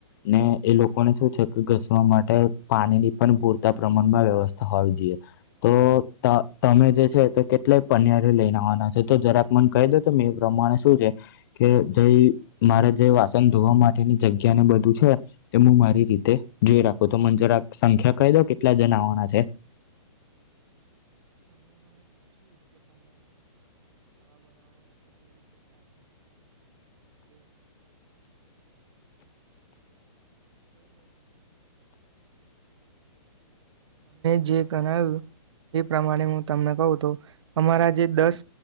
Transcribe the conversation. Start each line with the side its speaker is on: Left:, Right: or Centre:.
Left: ને એ લોકોને શું છે કે ઘસવા માટે પાણી ની પણ પૂરતી પ્રમાણમાં વ્યવસ્થા હોવી જોઈએ, તો તમે જે છે તે કેટલાય પનિયરે લઈનેવાના છે તો જરાક મને કહી દો તો મેં એ પ્રમાણે શું છે, કે જે મારે જે વાસન ધોવા માટેની જગ્યા ને બધું છે, તે હું મારી રીતે જોઈ રાખું તો મને જરાક સંખ્યા કહી દો કે કેટલા જણવાના છે.
Right: મને પૂછ્યું કે તમારા ખાવા બના માટે હું કહી દઉં ત જે ગણાવ્યું <unintelligible> એ પ્રમાણે હું તમને કહ તો અમારા જે દસ